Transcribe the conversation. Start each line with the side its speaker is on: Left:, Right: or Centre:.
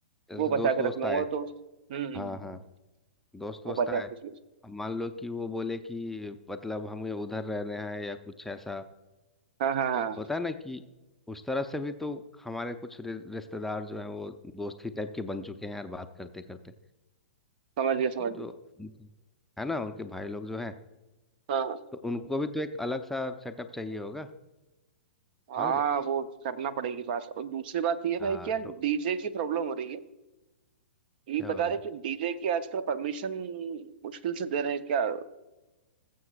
Centre: जैसे
Right: वो बचा
Centre: दोस्त
Right: के
Centre: वोस्त
Right: रख लूंगा
Centre: आए
Right: तो हम्म हम्म,
Centre: हाँ
Right: हम्म, हम्म।
Centre: हाँ दोस्त
Right: वो
Centre: वोस्त
Right: बचा
Centre: आए
Right: के रख लूंगा
Centre: अब मान लो कि वो बोले कि मतलब हमें उधर रहने हैं या कुछ ऐसा
Right: हाँ हाँ हाँ
Centre: होता है ना कि उस तरफ से भी तो हमारे कुछ रि- रिश्तेदार जो हैं वो दोस्त ही टाइप के बन चुके हैं यार बात करते करते
Right: समझ गया समझ गया
Centre: जो उनके- है ना उनके भाई लोग जो हैं
Right: हाँ हाँ
Centre: तो उनको भी तो एक अलग सा सेटअप चाहिए होगा
Right: हाँ,
Centre: और
Right: वो करना पड़ेगी बात और दूसरी बात ये है
Centre: हाँ
Right: भाई कि यार
Centre: तो
Right: डीजे की प्रॉब्लम हो रही है ये
Centre: क्या
Right: बता
Centre: हो रही
Right: रहे कि डीजे की आजकल परमिशन मुश्किल से दे रहे हैं क्या